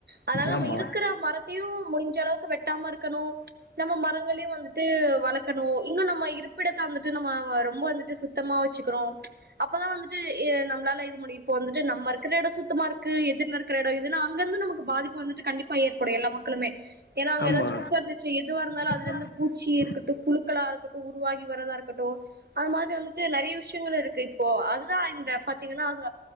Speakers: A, on the right (about 65°); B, on the left (about 85°).
A: அதனால நம்மோ
B: ஆமா
A: இருக்குற மரத்தியு முடிஞ்சளவுக்கு வெட்டாமருக்கணோ நம்ம மரங்களியு வந்துட்டு வளக்கணு இன்னு நம்ம இருப்பிடத்த வந்துட்டு நம்ம ரொம்ப இருந்துட்டு சுத்தமா க்றோ அப்பதா வந்துட்டு இ நம்பளால இது முடி இப்போ வந்துட்டு நம்மருக் க்றட சுத்தமாருக்கு எதுர்லருக்றட இதுனா அங்கர்ந்து நமக்கு பாதிப்பு வந்துட்டு கண்டிப்பா ஏற்படு எல்லா மக்களுமே ஏனா அங்க
B: ஆமா
A: ஏதாச் குப்பருந்து ச்சு எதுவாருந்தாலோ
B: அதா
A: அதுலந்து பூச்சி இருக்குட்டு புழுக்களாருக்குட்டு உருவாகி வரதாருக்கட்டோ ஒ அது மாதிரி வந்து த்து நறீய விஷ்யங்கள்ருக்கு இப்போ அதுதா இந்த பாத்தீங்ன்னா அது